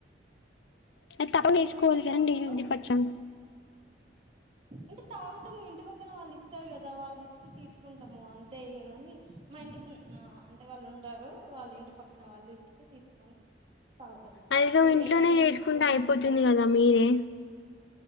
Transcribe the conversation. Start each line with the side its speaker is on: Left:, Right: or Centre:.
Left: గ తప్పదు నేర్చుకోవాలి
Right: ఏమైనా పూరీలు
Left: కదండి ఉగాది పచ్చడ
Right: అంటే తాగుతము ఇంటి పక్కన వాళ్ళు ఇస్తారు గదా వాళ్ళు ఇస్తే తీసుకుంటము అంతే ఇగ గని మా ఇంటి ఉమ్ ఆ ఆ అంటే వాళ్ళు ఉంటరూ వాల్లింటి పక్కన వాళ్ళు ఇస్తే తీసుకొని తాగుతాం
Left: అదేదో
Right: మేము
Left: ఇంట్లోనే
Right: ఏమైనా
Left: జేసుకుంటే
Right: చికెన్
Left: అయిపోతుంది
Right: మటన్
Left: గదా మీరే